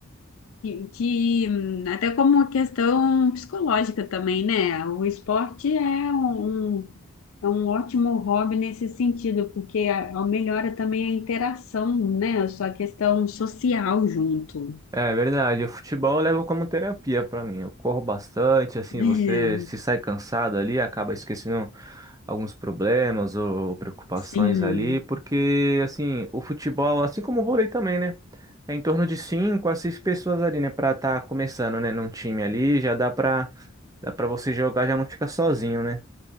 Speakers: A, on the left; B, on the right.
A: que, que, hum, até como uma questão psicológica também, né? O esporte é um, um- é um ótimo hobby nesse sentido, porque a- a- melhora também a interação, né? A sua questão social junto.
B: É verdade, o futebol eu levo como terapia pra mim. Eu corro bastante, assim,
A: É,
B: você se sai cansado ali, acaba esquecendo alguns problemas ou preocupações
A: sim,
B: ali, porque assim, o futebol, assim como o vôlei também, né? É em torno de cinco a seis pessoas ali, né, Pra estar começando, né, num time ali, já dá pra dá para você jogar, já não fica sozinho, né?